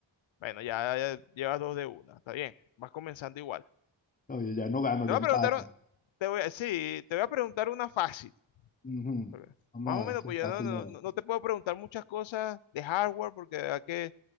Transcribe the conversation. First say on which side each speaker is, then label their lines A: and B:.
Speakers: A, on the left (about 70°); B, on the left (about 20°).
A: Bueno, ya, ya llevas dos de una, está bien. Vas comenzando igual.
B: Oye, ya no gano,
A: Te
B: ya
A: voy
B: empato.
A: a preguntar, o- te voy a, sí, te voy a preguntar una fácil.
B: Ujú.
A: porque
B: Vamos
A: Más
B: a
A: o menos,
B: ver si
A: pues
B: es fácil
A: yo no, no-
B: de ver.
A: no- no te puedo preguntar muchas cosas de hardware porque de verdad que